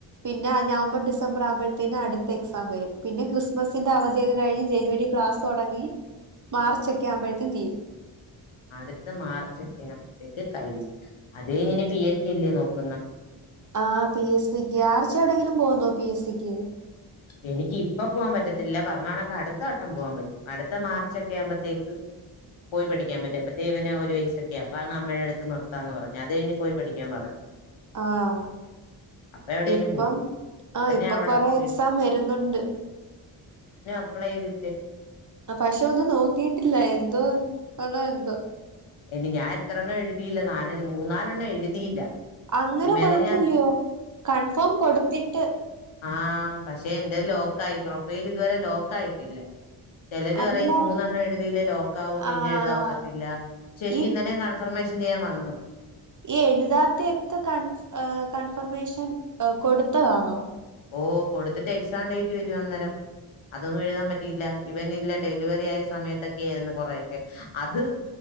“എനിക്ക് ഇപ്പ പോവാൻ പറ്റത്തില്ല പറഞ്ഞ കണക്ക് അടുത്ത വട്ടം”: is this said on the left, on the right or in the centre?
Left